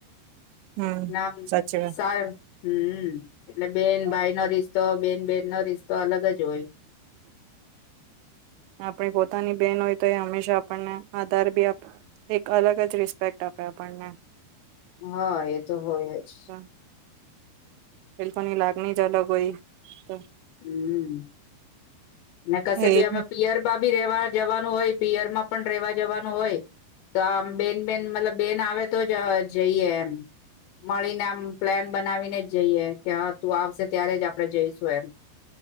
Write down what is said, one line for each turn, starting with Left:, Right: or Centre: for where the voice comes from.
Right: હમ
Left: નામ,
Right: સાચી
Left: સાર, હમ્મ, એટલે બેન
Right: વાત
Left: ભાઈ નો રિ તો બેન બેન રિસ્તો અલગજ <inaudible>
Right: આપડી પોતાની બેન હોય તો એ હંમેશા આપણને આધાર બી આપે, એક અલગજ રિસ્પેક્ટ આપે આપણને
Left: હા એ તો હોય જ
Right: તો એ <unintelligible>
Left: હમ અને કશે
Right: એ
Left: ભી
Right: જ ને
Left: પિયરબ બી રેવા જવાનું હોય પિયરમાં પણ રેવા જવાનું હોય તો આમ બેન બેન મતલબ બેન આવે તો જ જઈએ એમ મળીને આમ પ્લાન બનાવીને જ જઈએ કે હા તું આવશે ત્યારે જ આપણેે જઈશું એમ